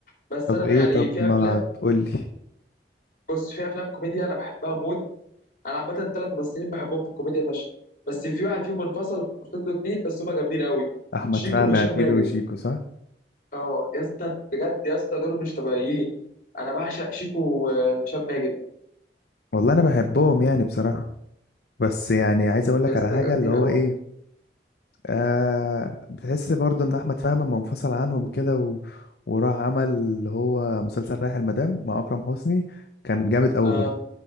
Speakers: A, on the left; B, on the left.
A: بس
B: طب
A: انا
B: ايه
A: يعني
B: طب
A: في
B: ما
A: افلام
B: تقول لي
A: بص في افلام كوميديا انا بحبها موت انا عامه ثلاث ممثلين بحبهم في الكوميديا فشخ بس في واحد فيهم منفصل فضلوا اتنين بس هما جامدين قوي
B: احمد
A: شيكو
B: فهمي
A: وهشام
B: اكيد
A: ماجد
B: وشيكو صح
A: اه يا اسطى بجد يا اسطى دول مش طبيعيين انا بعشق شيكو وهشام ماجد
B: والله انا بحبهم يعني بصراحه بس يعني عايز اقول لك
A: يا اسطى
B: على حاجه
A: جامدين
B: اللي هو
A: قوي
B: ايه آه بتحس برضه ان احمد فهمي لما منفصل عنهم كده و... وراح عمل اللي هو مسلسل رايح المدام مع اكرم حسني كان جامد قوي
A: اه
B: برضه